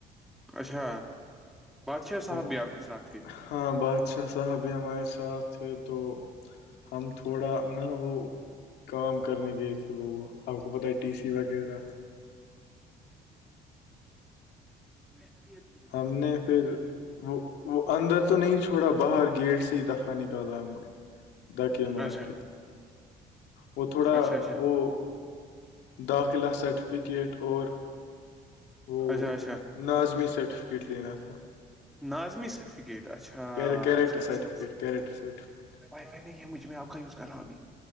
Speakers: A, in the centre; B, on the left.
A: اچھا بادشاہ صاحب
B: ہم
A: بھی آپ کے ساتھ تھی
B: ہاں بادشاہ صاحب بھی ہمارے ساتھ ہے تو ہم تھوڑا نہ وہ کام کرنے گئے تھے وہ آپ کو پتہ ہے ٹی سی وغیرہ
A: میںتی تتی <unintelligible>
B: ہم نے پھر وہ وہ اندر تو نہیں چھوڑا باہر گیٹ سے دفعہ نکال ہم دک مارک
A: اچھا
B: وہ تھوڑا
A: اچھا اچھا
B: وہ داخلہ سرٹیفکیٹ اور وہ
A: اچھا اچھا
B: ناظمی سرٹیف کٹ لیینا تھا <inaudible>
A: ناظمی سرٹفکیٹ اچھا
B: کیریکٹر
A: اچھا
B: certificate
A: اچھا
B: character certificate
A: wifi نہیں ہے مجھ میں آپ کا یوز کر رہا ہوں ابھی